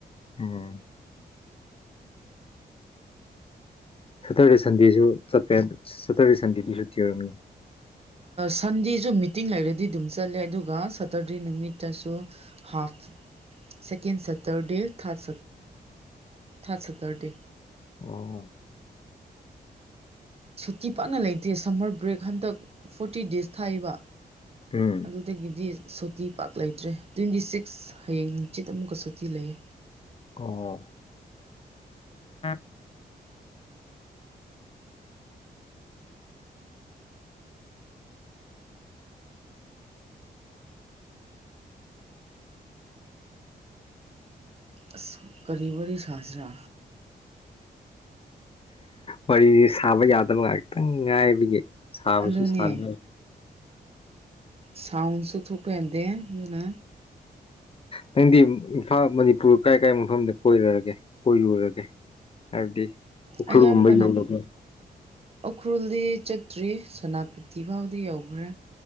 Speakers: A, on the left; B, on the right.
A: ꯑꯣꯝ ꯁꯦꯇꯔꯗꯦ ꯁꯟꯗꯦꯁꯨ ꯆꯠꯂꯦ ꯁꯦꯇꯔꯗꯦ ꯁꯟꯗꯦꯗꯤ ꯁꯨꯇꯤ ꯑꯣꯏꯔꯝꯒꯅꯤ
B: ꯁꯟꯗꯦꯁꯨ ꯃꯤꯇꯤꯡ ꯂꯩꯔꯗꯤ ꯑꯗꯨꯝ ꯆꯠꯂꯦ ꯑꯗꯨꯒ ꯁꯇꯔꯗꯦ ꯅꯨꯃꯤꯠꯇꯁꯨ half second Saturday third third Saturday
A: ꯑꯣ
B: ꯁꯨꯇꯤ ꯄꯥꯛꯅ ꯂꯩꯇꯦ ꯁꯝꯃꯔ ꯕ꯭ꯔꯦꯛ ꯍꯟꯗꯛ ꯐꯣꯔꯇꯤ ꯗꯦꯖ ꯊꯥꯏꯕ
A: ꯎꯝ
B: ꯑꯗꯨꯗꯒꯤꯗꯤ ꯁꯣꯇꯤ ꯄꯥꯛ ꯂꯩꯇ꯭ꯔꯦ ꯇ꯭ꯋꯦꯟꯇꯤ ꯁꯤꯛꯁ ꯍꯌꯦꯡ ꯍꯪꯆꯤꯠ ꯑꯃꯨꯛꯀ ꯁꯨꯇꯤ ꯂꯩꯌꯦ
A: ꯑꯣ <unintelligible>
B: ꯑꯁ ꯀꯔꯤ ꯋꯥꯔꯤ ꯁꯥꯁꯤꯔꯥ
A: ꯋꯥꯔꯤꯁꯤ ꯁꯥꯕ ꯌꯥꯗꯕ ꯉꯥꯏꯍꯥꯛꯇꯪ ꯉꯥꯏꯕꯒꯤ ꯁꯥꯕꯁꯨ
B: ꯑꯗꯨꯅꯦ
A: ꯁꯥꯅ
B: ꯁꯥꯎꯟꯁꯨ ꯊꯣꯛꯄ ꯌꯥꯗꯦ ꯑꯗꯨꯅ
A: ꯅꯪꯗꯤ ꯏꯝꯐꯥꯜ ꯃꯅꯤꯄꯨꯔ ꯀꯥꯏ ꯀꯥꯏ ꯃꯐꯝꯗ ꯀꯣꯏꯔꯒꯦ ꯀꯣꯏꯔꯨꯔꯒꯦ ꯍꯥꯏꯕꯗꯤ ꯎꯈ꯭ꯔꯨꯜꯒꯨꯝꯕ
B: ꯑꯌꯥꯝꯕꯅ
A: ꯌꯧꯔꯕ꯭ꯔꯣ
B: ꯎꯈ꯭ꯔꯨꯜꯗꯤ ꯆꯠꯇ꯭ꯔꯤ ꯁꯣꯅꯥꯄꯇꯤ ꯐꯥꯎꯗꯤ ꯌꯧꯈ꯭ꯔꯦ